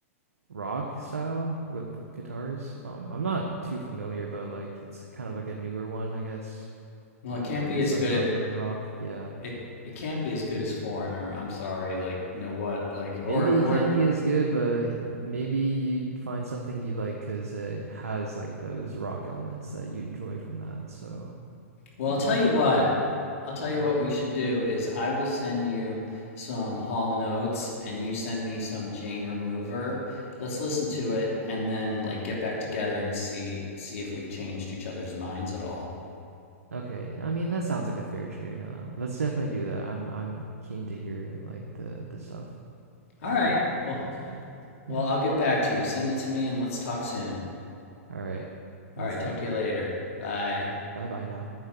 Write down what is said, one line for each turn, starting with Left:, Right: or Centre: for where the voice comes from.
Right: rock style with guitars. Um, I'm not too familiar, but like it's kind of like a newer one, I guess.
Left: well,
Right: Um,
Left: it can't
Right: like
Left: be
Right: a
Left: as
Right: subgenre
Left: good at
Right: of rock. Yeah.
Left: it. It can't be as good as foreigner. I'm sorry. Like, you know what? Like, or
Right: Maybe it
Left: or
Right: can't be as good, but maybe you'd find something you like because it has like those rock elements that you enjoy from that. So
Left: Well,
Right: you
Left: I'll tell
Right: you
Left: you
Right: never
Left: what.
Right: know,
Left: I'll tell you
Right: right?
Left: what we should do is I will send you some Hall and Oates and you send me some Jane Remover. Let's listen to it and then like get back together and see see if we've changed each other's minds at all.
Right: Okay, I mean that sounds like a fair trade. Uh, let's definitely do that. I'm I'm keen to hear like the the stuff
Left: All
Right: that
Left: right.
Right: you recommended
Left: Well,
Right: to me.
Left: well,
Right: Yeah.
Left: I'll get back to you. Send it to me and let's talk soon.
Right: All right,
Left: All
Right: let's
Left: right,
Right: go.
Left: talk to you later. Bye.
Right: Bye bye now.